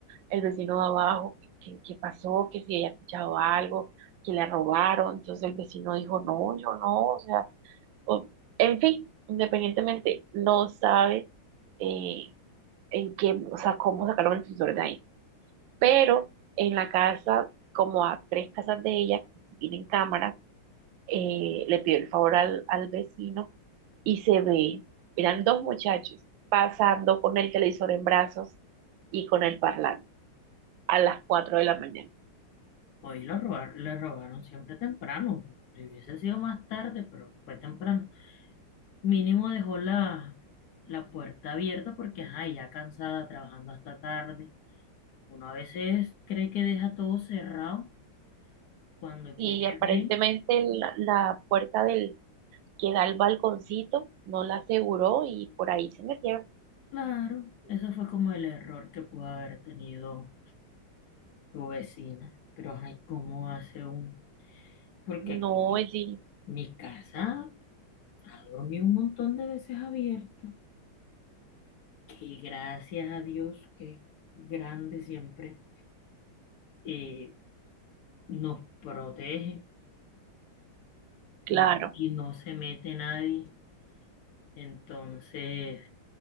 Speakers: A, on the right; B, on the left.
A: el vecino de abajo, que, que- que pasó, que si ella escuchado algo, que le robaron. Entonces el vecino dijo, no, yo no, o sea, o- en fin, independientemente, no sabe eh, en qué, o sea, cómo sacaron el televisor de ahí. Pero en la casa, como a tres casas de ella, que sí tienen cámara, eh, le pidió el favor al, al vecino y se ve, eran dos muchachos pasando con el televisor en brazos y con el parlante a las cuatro de la mañana.
B: Hoy lo robar, le robaron siempre temprano. Si hubiese sido más tarde, pero fue temprano. Mínimo dejó la, la puerta abierta porque, ajá, ya cansada, trabajando hasta tarde. Uno a veces cree que deja todo cerrado cuando quiere
A: Y aparentemente
B: bien.
A: la, la puerta del que da al balconcito no la aseguró y por ahí se metieron.
B: Claro, eso fue como el error que pudo haber tenido tu vecina. Pero, ay, ¿cómo hace un...? Porque aquí
A: No,
B: mi,
A: sí,
B: mi casa ha dormido un montón de veces abierta. Que gracias a Dios, que es grande siempre, eh, nos protege
A: claro,
B: y, y no se mete nadie. Entonces,